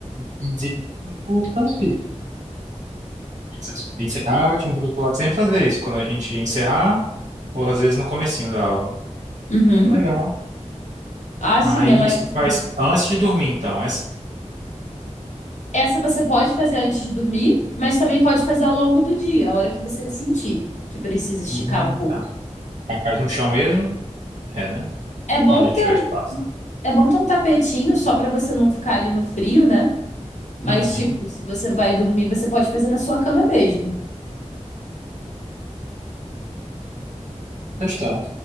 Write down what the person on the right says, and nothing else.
De- o CrossFit. Às Quando encerrava, tinha um professor lá que sempre fazia isso, quando a gente ia encerrar, ou às vezes no comecinho da aula.
Que legal.
Aí
isso faz antes de dormir, então. Essa...
Ah,
tá. Aí Faz no chão mesmo? É, né?
Onde
tiver
espaço,
né? Uhum.
Questão.